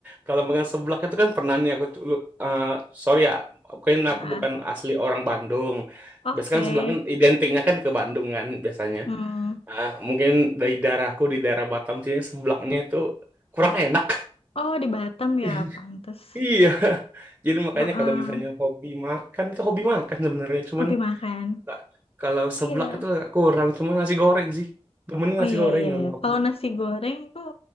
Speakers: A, on the right; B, on the left.
A: kalau makan seblak itu kan pernah nih aku dulu, eh, sorry ya, mungkin
B: Ah,
A: aku bukan asli orang Bandung.
B: oke.
A: Biasanya kan seblak kan identiknya kan ke Bandung kan biasanya.
B: Hmm.
A: Ah, mungkin dari daerahku di daerah Batam sini seblaknya itu kurang enak.
B: Oh, di Batam
A: <laughs>
B: ya, pantes.
A: Iya, jadi makanya
B: Heeh,
A: kalau misalnya hobi makan itu hobi makan sebenarnya, cuman
B: Ngopi makan.
A: nah, kalau
B: Iya.
A: seblak itu agak kurang, cuman nasi goreng sih. Temennya
B: Oh
A: nasi
B: iya
A: goreng
B: iya
A: kalau
B: iya.
A: hobi.
B: Kalau nasi goreng tuh